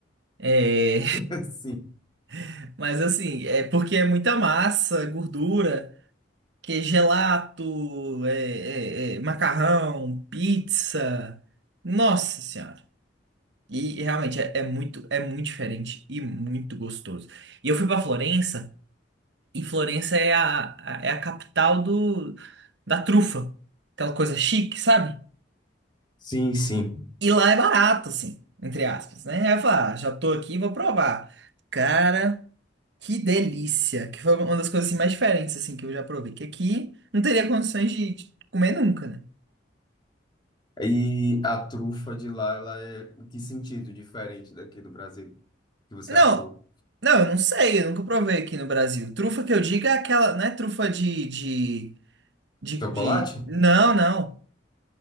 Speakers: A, on the right; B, on the left.
A: É,
B: <laughs> Sim,
A: <laughs> mas assim, é porque é muita massa, é gordura, que é gelato, é, é, é, macarrão, pizza. Nossa Senhora. E, e realmente é, é muito, é muito diferente e muito gostoso. E eu fui pra Florença, e Florença é a, a- é a capital do, da trufa. Aquela coisa chique, sabe?
B: sim, sim.
A: E lá é barato, assim, entre aspas, né? Aí eu falei, ah, já tô aqui, vou provar. Cara, que delícia! Que foi uma das coisas assim, mais diferentes, assim, que eu já provei. Que aqui não teria condições de, de comer nunca, né?
B: E a trufa de lá, ela é em que sentido diferente daqui do Brasil? Que você
A: Não,
B: achou?
A: não, eu não sei, eu nunca provei aqui no Brasil. Trufa que eu digo é aquela, não é trufa de, de, de,
B: Chocolate?
A: de... Não, não.